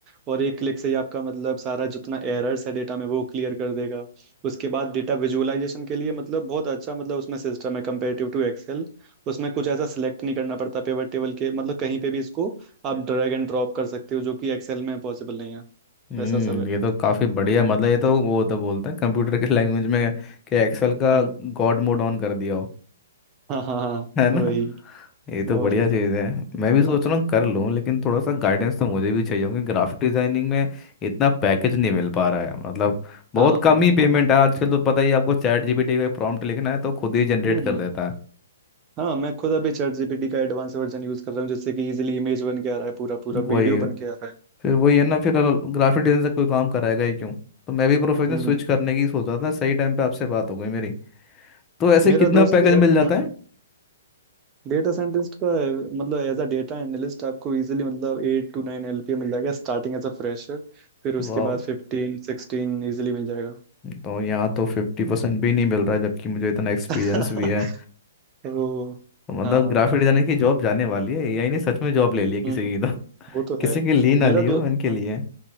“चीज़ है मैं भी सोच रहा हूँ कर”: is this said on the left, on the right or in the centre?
Left